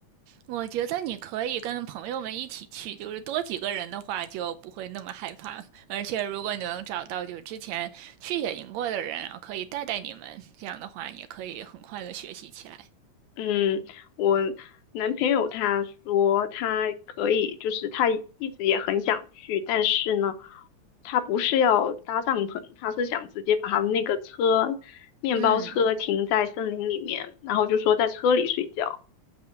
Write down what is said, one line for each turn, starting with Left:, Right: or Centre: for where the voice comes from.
Right: 我觉得你可以跟朋友们一起去，就是多几个人的话就不会那么害怕。而且如果你能找到就之前去野营过的人啊，然后可以带带你们，这样的话也可以很快的学习起来。
Left: 嗯，我男朋友他说他可以，就是他一直也很想去，但是呢，他不是要搭帐篷，他是想直接把他们那个车面包车停在森林里面，
Right: 嗯。
Left: 然后就说在车里睡觉。